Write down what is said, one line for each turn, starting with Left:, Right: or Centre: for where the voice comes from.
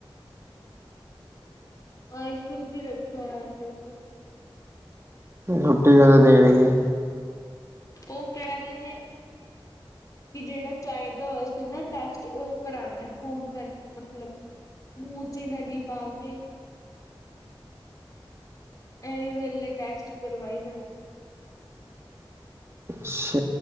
Left: ਆਈ ਸੀ ਯੂ ਚ ਰੱਖਿਯਾ ਅਜੇ ਤੇ
Right: ਛੁੱਟੀ ਕਦੋਂ ਦੇਣਗੇ
Left: ਉਹ ਕਹਿ ਰਹੇ ਨੇ ਕਿ ਜਿਹੜਾ ਚਾਯੇ ਦਾ ਹੋਆ ਸੀ ਨਾ ਟੈਸਟ ਉਹ ਕਰਾਉਣਾ ਫੂਡ ਨ ਮਤਲਬ ਮੂੰਹ ਚ ਨਲੀ ਪਾ ਕੇ ਐ ਵੀ ਵੇਲੇ ਟੈਸਟ ਕਰਵਾਈ ਜਾਂਦੇ ਨੇ
Right: ਅਛਾ <inaudible>